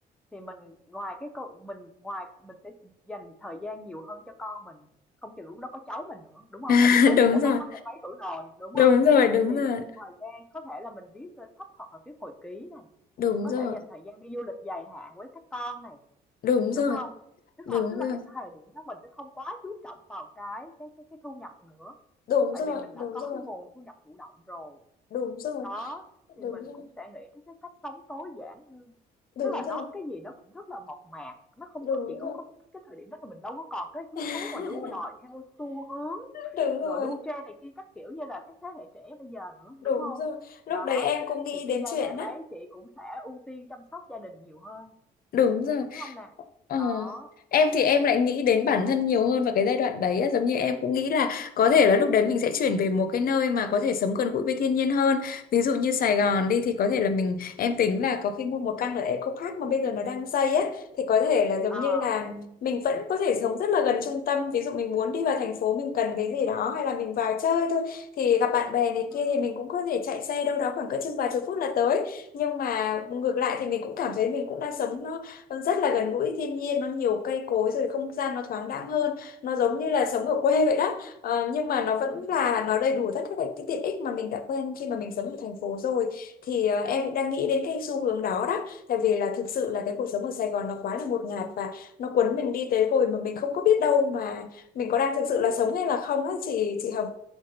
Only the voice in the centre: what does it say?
thì mình ngoài cái câu mình ngoài mình sẽ dành thời gian nhiều hơn cho con mình, không chừng lúc đó có cháu mình nữa, đúng không
Tại lúc đó
chị đã
6 mấy bảy tuổi rồi, đúng
không
Thì
dành thời gian có thể là mình viết, ơ, sách hoặc là viết hồi ký này,
có
thể dành thời gian đi du lịch dài hạn với các con này,
đúng
không Tức
là tức là
cái thời điểm đó mình sẽ không quá chú trọng vào cái cái cái cái thu nhập nữa,
tại
vì mình
đã có
cái nguồn thu nhập thụ động rồi.
Đó, thì
mình
cũng sẽ nghĩ đến cái cách sống tối giản hơn.
Tức là
nó cái gì nó cũng rất là mộc mạc, nó không
có chị không
có cái thời điểm đó thì mình đâu có còn cái hứng
thú mà đua đòi theo xu hướng
rồi
đua trend này kia các kiểu như là cái thế hệ trẻ bây giờ nữa,
đúng không?
Đó,
thì cái
giai
đoạn
đấy chị cũng sẽ ưu tiên chăm sóc gia đình nhiều hơn,
đúng không nè?
Đó.
Ờ.
Ừ.
Ừ.
Ừ.